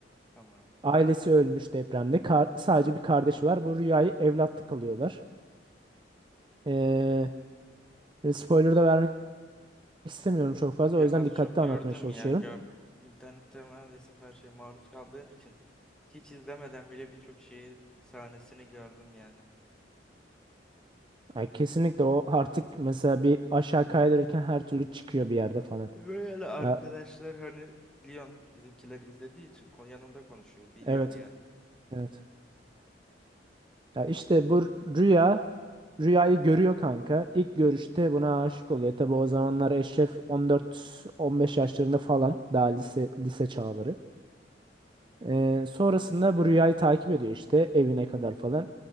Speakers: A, in the centre; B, on the right.
A: Tamam.
B: Ailesi ölmüş depremde. Kar- sadece bir kardeşi var. Bu Rüya'yı
A: Hı hı.
B: evlatlık alıyorlar. Ee, spoiler da vermek istemiyorum çok fazla.
A: Ya
B: O yüzden
A: az
B: dikkatli
A: çok gördüm
B: anlatmaya çalışıyorum.
A: ya. Ya internette neredeyse her şeye maruz kaldığın için hiç izlemeden bile birçok şeyi sahnesini gördüm yani.
B: Yani kesinlikle o artık mesela bir aşağı kaydırırken her türlü çıkıyor bir yerde falan.
A: öyle arkadaşlar
B: Ya,
A: hani biliyorsun bizimkiler izlediği için kon- yanımda konuşuyor biliyorum
B: evet.
A: yani.
B: Evet. Ya işte bu rüya rüyayı görüyor kanka. İlk görüşte buna aşık oluyor. Tabi o zamanlar Eşref 14-15 yaşlarında falan daha lise
A: Hı hı
B: lise çağları. Ee, sonrasında bu rüyayı takip ediyor işte evine kadar falan.